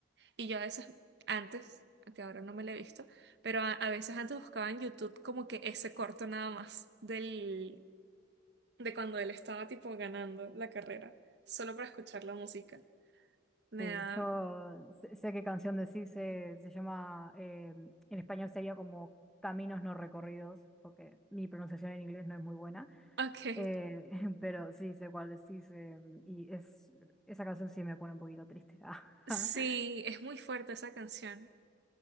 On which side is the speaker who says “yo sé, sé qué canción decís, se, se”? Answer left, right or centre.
Centre